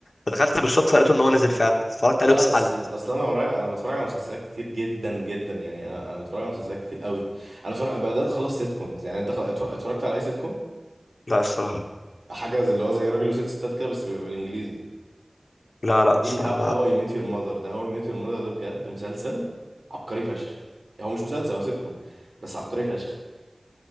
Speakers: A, on the left; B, on the right.
A: فدخلت بالصدفه لقيته ان هو نزل فعلا اتفرجت عليه
B: لا
A: واتسحلت
B: اصل اصل انا ورايا انا بتفرج على مسلسلات كتير جدا جدا يعني انا انا بتفرج على مسلسلات كتير قوي انا بتفرج أنا بدات اخلص سيت كومز يعني انت خ- اتف- اتفرجت على اي سيت كوم
A: لا الصراحه
B: حاجه زي اللي هو زي راجل وست ستات كده بس بيبقى بالانجليزي
A: لا لا الصراحه
B: في هاو
A: ما
B: اي ميت يور ماذر ده هاو اي ميت يور ماذر ده بجد مسلسل عبقري فشخ هو مش مسلسل هو سيت كوم بس عبقري فشخ